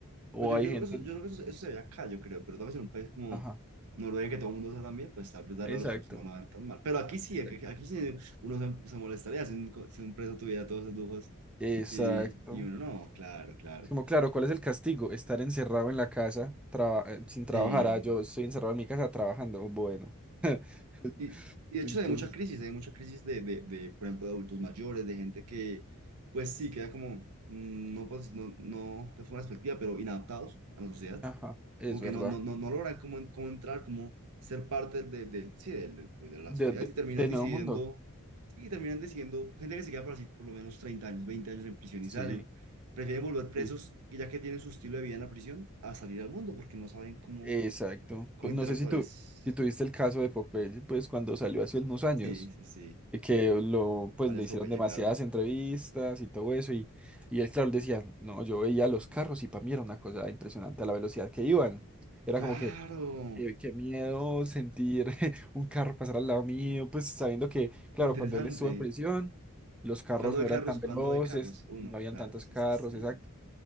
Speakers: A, in the centre; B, on the right.
A: O
B: Pues yo,
A: hay
B: yo
A: gente,
B: creo que, eso, yo creo que eso, eso se ve acá, yo creo, pero tal vez en un país como
A: ajá,
B: Noruega, que todo el mundo usa también, pues tal vez darle
A: exacto,
B: a los presos no lo vean tan mal. Pero aquí sí,
A: exacto.
B: aquí, aquí sí uno se, se molestaría si un, co- si un preso tuviera todos esos lujos
A: Exacto.
B: y, y uno no, claro, claro.
A: Es como, claro, ¿cuál es el castigo? Estar encerrado en la casa traba- eh, sin trabajar.
B: Sí.
A: Ah, yo estoy encerrado en mi casa trabajando. Bueno. <laughs>
B: Y, y de
A: Entonces,
B: hecho hay mucha crisis, hay mucha crisis de, de, de, por ejemplo, de adultos mayores, de gente que, pues sí, queda como, mm, no, pues, no, no de forma despectiva, pero inadaptados a la sociedad,
A: ajá, es
B: como
A: verdad.
B: que no, no, no, no logran cómo, en- cómo entrar, cómo ser parte del, del, sí, del, del- pues, de la
A: De,
B: sociedad
A: de-
B: y terminan
A: del
B: decidiendo,
A: Nuevo Mundo.
B: sí, terminan decidiendo, gente que se queda por así por lo menos 30 años, 20 años en prisión
A: Sí,
B: y salen, prefieren volver presos,
A: sí,
B: y ya que tienen su estilo de vida en la prisión, a salir al mundo porque no saben cómo,
A: exacto.
B: cómo
A: Tú- No
B: interactuar.
A: sé si tú,
B: Es,
A: si tuviste el caso de Popeye, pues cuando salió hace unos años,
B: sí, sí, sí,
A: eh, que lo, pues
B: vale,
A: le
B: es
A: hicieron
B: epopeya,
A: demasiadas
B: claro.
A: entrevistas y todo eso, y, y él, claro, él decía, no, yo veía los carros y para mí era una cosa impresionante a la velocidad que iban. Era
B: Claro,
A: como que, eh, qué miedo sentir <laughs> un carro pasar al lado mío, pues sabiendo que, claro,
B: interesante.
A: cuando él estuvo en prisión, los carros
B: ¿Cuándo
A: no
B: de
A: eran
B: carros?
A: tan
B: ¿Cuándo
A: veloces,
B: de carros? Uno,
A: no habían
B: claro,
A: tantos
B: sí,
A: carros,
B: sí, sí.
A: exacto.